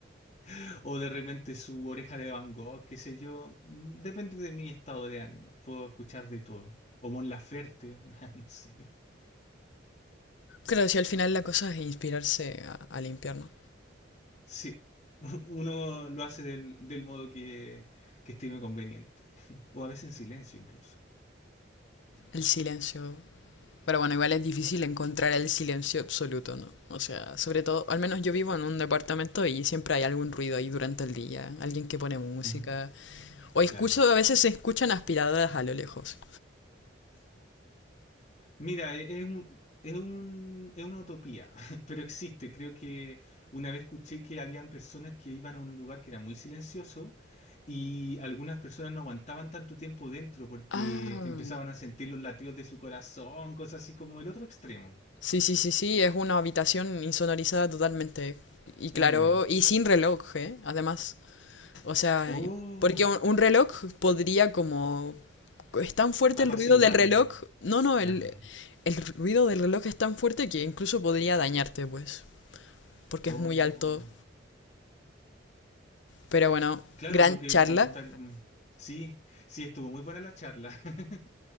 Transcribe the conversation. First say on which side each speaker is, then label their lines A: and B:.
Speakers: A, on the left; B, on the left.
A: <laughs> o de repente su Oreja de Van Gogh, qué sé yo. Mm, Depende de mi estado de ánimo. Puedo escuchar de todo. O Mon Laferte, <laughs> no sé.
B: Creo que si al final la cosa es inspirarse a, a limpiar, ¿no?
A: Sí, <laughs> uno lo hace del, del modo que, que estime conveniente, <laughs> o a veces en silencio incluso.
B: El silencio. Pero bueno, igual es difícil encontrar el silencio absoluto, ¿no? O sea, sobre todo, al menos yo vivo en un departamento y siempre hay algún ruido ahí durante el día, alguien que pone música.
A: Ujú,
B: O escucho,
A: Claro.
B: a veces se escuchan aspiradoras a lo lejos.
A: Mira, e- es un, es un- es una utopía, <laughs> pero existe. Creo que una vez escuché que habían personas que iban a un lugar que era muy silencioso y algunas personas no aguantaban tanto tiempo dentro porque
B: Ah,
A: empezaban a sentir los latidos de su corazón, cosas así como el otro extremo.
B: Sí, sí, sí, sí, es una habitación insonorizada totalmente. Y
A: Eh,
B: claro, y sin reloj, ¿eh? Además. O sea,
A: oh,
B: porque un, un reloj podría como... Es tan fuerte
A: apaciguarlo,
B: el ruido del reloj. No, no,
A: claro.
B: el, el ruido del reloj es tan fuerte que incluso podría dañarte, pues. Porque
A: Oh,
B: es muy alto. Pero bueno,
A: claro,
B: gran
A: porque
B: charla.
A: como estar... mm, Sí, sí, estuvo muy buena la charla. <laughs>